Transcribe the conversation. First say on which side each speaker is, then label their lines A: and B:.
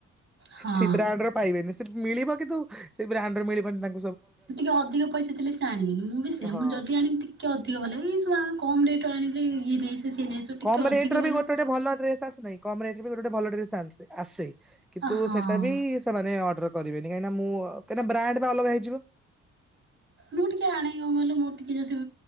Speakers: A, on the right; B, in the centre.
A: ହଁ।
B: ସେ ବ୍ରାଣ୍ଡ ର ପାଇବେନି ସେ ମିଳିବ କିନ୍ତୁ ସେ ବ୍ରାଣ୍ଡରେ ମିଳିବନି ତାଙ୍କ
A: ଟିକେ ଅଧିକ ପଇସା ଥିଲେ ସେ ଆଣିବିନି ମୁଁ ବି ସେ
B: ହଁ
A: ମୁଁ ଯଦି ଆଣିକି ଟିକେ ଅଧିକ ଭଲ ଏଇୁ କଣ ଆଣିଲେ ଇଏ ସିଏ ନେଇଆସିବ ଟିକେ
B: କମ
A: ଅଧିକ
B: ରେଟ ର
A: ବାଲା
B: ବି ଗୋଟେ ଗୋଟେଲ ଡ୍ରେସ ଆସନାହିଁ କମ ରେଟ୍ ବି ଗଟେ ଭଲ ଟନ୍ସ ଆସେ କିନ୍ତୁ
A: ହଁ
B: ସେଟା ବି ସେମାନେ ଅର୍ଡର କରି କହିଁ ମୁଁ ବ୍ର ଅଲଗା ହେଇଯ
A: ମୁଁ ଟିକେ ଆଣେଇ କ କହିଲେ ମୋର ଟିକେ ଯଦି